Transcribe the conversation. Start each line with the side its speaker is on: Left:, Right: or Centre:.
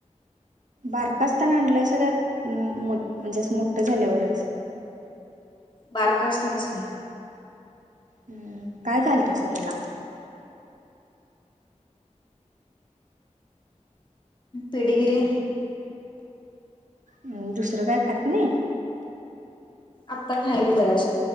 Right: बारकास्ताना आणलंय सगळत म मो म्हणजे असं मोठं झाल्यावरच.
Left: बारका असतानाच की.
Right: हम्म काय घालतं असं त्याला?
Left: पेडीगिरी
Right: हम्म दुसरं काय खात नाही?
Left: आत्ता खायली जरासा